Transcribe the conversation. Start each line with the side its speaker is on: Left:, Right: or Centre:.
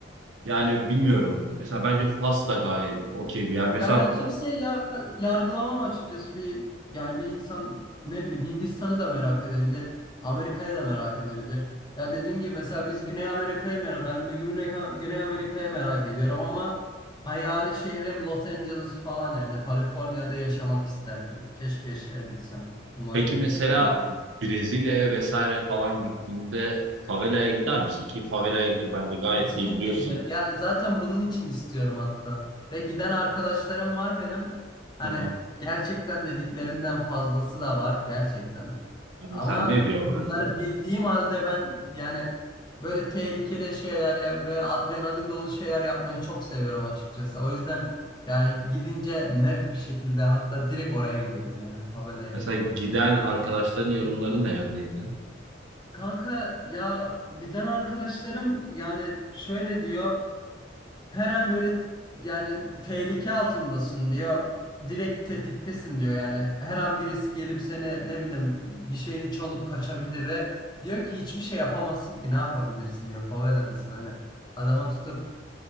Right: Yani bilmiyorum. Mesela bence Fas da gayet okey bir yer. Mesela
Left: Ya ben kimseyi ya yargılamam açıkçası bir yani bir insan ne bileyim Hindistan'ı da merak edebilir. Amerika'yı da merak edebilir. Ya dediğim gibi mesela biz Güney Amerika'yı merak ben de Güney, Güney Amerika'yı merak ediyorum ama hayali şehrim Los Angeles falan yani Kaliforniya'da yaşamak isterdim. Keşke yaşayabilsem. Umarım
Right: peki
Left: yaşarım.
Right: mesela Brezilya'ya vesaire falan gittiğinde favelaya gider misin ki favelaya bence gayet
Left: Kesinlikle
Right: iyi biliyorsun.
Left: giderim. Ya zaten bunun için istiyorum hatta. Ve giden arkadaşlarım var benim. Hani
Right: Hı hı.
Left: gerçekten dediklerinden fazlası da var gerçekten.
Right: Ya Mesela
Left: Ama
Right: ne diyorlardı?
Left: bunları bildiğim halde ben yani böyle tehlikeli şeyler ya- ve adrenalin dolu şeyler yapmayı çok seviyorum açıkçası. O yüzden yani gidince net bir şekilde hatta direkt oraya giderim yani favelaya
Right: Mesela
Left: giderim.
Right: giden arkadaşların yorumları ne yöndeydi?
Left: Kanka ya giden arkadaşlarım yani şöyle diyor. her an böyle yani tehlike altındasın diyor. Direkt tetiktesin diyor yani. Her an birisi gelip seni ne bileyim bir şeyini çalıp kaçabilir ve diyor ki hiçbir şey yapamazsın ki ne yapabilirsin diyor. Faveladasın hani. Adama tutup